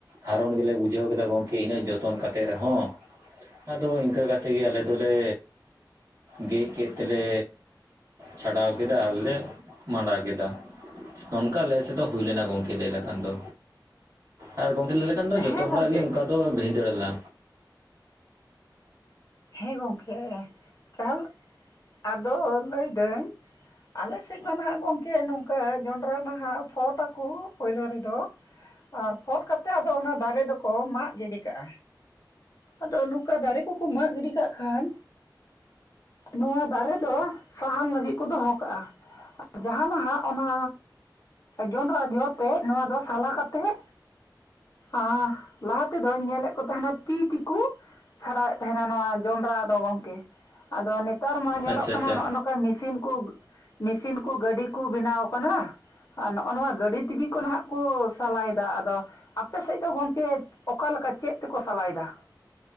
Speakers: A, on the right (about 45°); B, on the left (about 50°).
A: ᱦᱟᱨᱚᱱ ᱜᱮᱞᱮ ᱵᱩᱡᱷᱟᱹᱣ ᱠᱮᱫᱟ ᱜᱚᱝᱠᱮ ᱤᱱᱟᱹᱜ ᱡᱚᱛᱚᱱ ᱠᱟᱛᱮᱜ ᱨᱮᱦᱚᱸ᱾ ᱟᱫᱚ ᱤᱱᱠᱟᱹ ᱠᱟᱛᱮᱜ ᱜᱮ ᱟᱞᱮ ᱫᱚᱞᱮ ᱜᱮᱜ ᱠᱮᱫ ᱛᱮᱞᱮ ᱪᱷᱟᱰᱟᱣ ᱠᱮᱫᱟ ᱟᱨᱞᱮ ᱢᱟᱸᱰᱟ ᱠᱮᱫᱟ᱾ ᱱᱚᱝᱠᱟ ᱟᱞᱮ ᱥᱮᱫ ᱦᱩᱭ ᱞᱮᱱᱟ ᱜᱚᱝᱠᱮ ᱞᱟᱹᱭ ᱞᱮᱠᱷᱟᱱ ᱫᱚ ᱟᱨ ᱜᱚᱢᱠᱮ ᱞᱟᱹᱭ ᱞᱮ ᱠᱷᱟᱱ ᱫᱚ
B: ᱦᱮᱸ
A: ᱡᱚᱛᱚ ᱦᱚᱲᱟᱜ
B: ᱜᱚᱢᱠᱮ
A: ᱜᱮ ᱚᱝᱠᱟ ᱫᱚ ᱵᱷᱤᱸᱫᱟᱹᱲ ᱞᱮᱱᱟ᱾
B: ᱦᱮᱸ ᱜᱚᱝᱠᱮ ᱪᱟᱦᱚ ᱟᱫᱚ ᱞᱟᱹᱭᱫᱟᱹᱧ ᱟᱞᱮ ᱥᱮᱜ ᱢᱟ ᱱᱟᱦᱟᱜ ᱜᱚᱝᱠᱮ ᱱᱚᱝᱠᱟ ᱡᱚᱸᱰᱽᱨᱟ ᱱᱟᱦᱟᱜ ᱯᱷᱳᱴᱟᱠᱚ ᱯᱚᱭᱞᱳ ᱨᱮᱫᱚ᱾ ᱟᱨ ᱯᱷᱳᱰ ᱠᱟᱛᱮᱜ ᱟᱫᱚ ᱚᱱᱟ ᱫᱟᱨᱮ ᱫᱚᱠᱚ ᱢᱟᱜ ᱜᱤᱰᱤ ᱠᱟᱜᱼᱟ᱾ ᱟᱫᱚ ᱱᱚᱠᱟ ᱫᱟᱨᱮ ᱠᱚᱠᱚ ᱢᱟᱜ ᱜᱤᱰᱤ ᱠᱟᱜ ᱠᱷᱟᱱ ᱱᱚᱣᱟ ᱫᱟᱨᱮ ᱫᱚ ᱥᱟᱦᱟᱱ ᱞᱟᱹᱜᱤᱜ ᱠᱚ ᱫᱚᱦᱚ ᱠᱟᱜᱼᱟ᱾ ᱡᱟᱦᱟᱸ ᱱᱟᱦᱟᱜ ᱚᱱᱟ ᱡᱚᱸᱰᱽᱨᱟ ᱡᱚ ᱛᱮᱫ ᱱᱚᱣᱟ ᱫᱚ ᱥᱟᱞᱟ ᱠᱟᱛᱮᱜ ᱟᱸ ᱞᱟᱦᱟ ᱛᱮ ᱫᱚᱧ ᱧᱮᱞᱮᱜ ᱠᱚ ᱛᱟᱦᱮᱱᱟ ᱛᱤᱛᱤ ᱠᱩ ᱪᱷᱟᱲᱟᱣᱮᱜ ᱛᱟᱦᱮᱱᱟ ᱱᱚᱣᱟ ᱡᱚᱸᱰᱽᱨᱟ ᱫᱚ ᱜᱚᱝᱠᱮ, ᱟᱫᱚ ᱱᱮᱛᱟᱨ ᱢᱟ ᱧᱮᱞᱚᱜ
A: ᱟᱪᱪᱷᱟ
B: ᱠᱟᱱᱟ
A: ᱟᱪᱪᱷᱟ
B: ᱱᱚᱜᱼᱚ ᱱᱚ ᱠᱟ ᱢᱮᱥᱤᱱ ᱠᱚ ᱢᱮᱥᱤᱱ ᱠᱚ ᱜᱟᱹᱰᱤ ᱠᱩ ᱵᱮᱱᱟᱣ ᱠᱟᱱᱟ᱾ ᱟᱨ ᱱᱚᱜᱼᱚ ᱱᱚᱣᱟ ᱜᱟᱹᱰᱤ ᱛᱮᱜᱮ ᱠᱚ ᱱᱟᱦᱟᱜ ᱠᱚ ᱥᱟᱞᱟᱭᱫᱟ ᱟᱫᱚ ᱟᱯᱮ ᱥᱮᱜ ᱫᱚ ᱜᱚᱝᱠᱮ ᱚᱠᱟ ᱞᱮᱠᱟ ᱪᱮᱫ ᱛᱮᱠᱚ ᱥᱟᱞᱟᱭᱫᱟ?